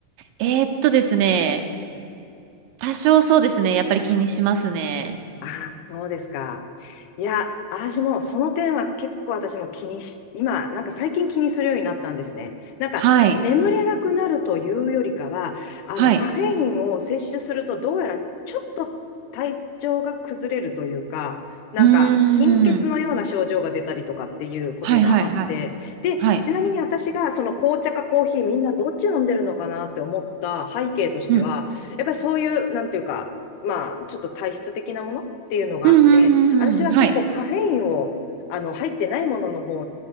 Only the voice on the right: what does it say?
えーっとですね。多少そうですね。やっぱり気にしますね。
はい。
はい。
うーん。はいはいはい。
はい。
うん。
うんうんうんうん。
はい。